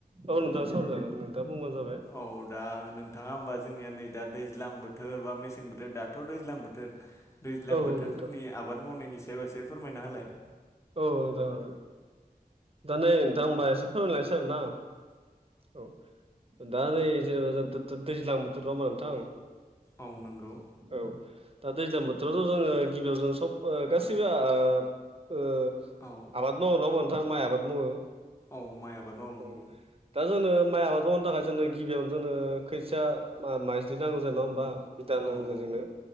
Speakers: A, on the right; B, on the left.
A: औ नोंथां सावरायजागोन नोंथांआ बुंबानो जाबाय।
B: औ दा नोंथाङा होमबा जोंनिया नै दा दैज्लां बोथोर बा मेसें बोथोर दा थ' दैज्लां बोथोर दैज्लां
A: औ
B: बोथोरफोरनि
A: नोंथां
B: आबाद मावनायनि सायाव एसे फोरमायना होलाय।
A: औ जागोन दा नै नोंथां होमबा एसे फोरमायलायसै आरोना औ दा नै जेनेबा जों द-द-दैज्लां बोथोर नंङाओमबा नोंथां?
B: औ नोंगौ।
A: औ दा दैज्लां बोथोरावथ' जोङो गिबियाव जों सब गासैबो आ ओ ओ
B: औव
A: आबाद मावो नंङा होमबा नोंथां माइ आबाद मावो।
B: औ माइ आबाद मावनांगौ।
A: औ दा जोंनो माइ आबाद मावनो थाखाय जोंनों गिबियावनो जोंनो खोथिया मा-माइजलि नांगौ जायो नङा होमबा बिदा
B: औ
A: नांगौ जायो
B: औ
A: जोंनो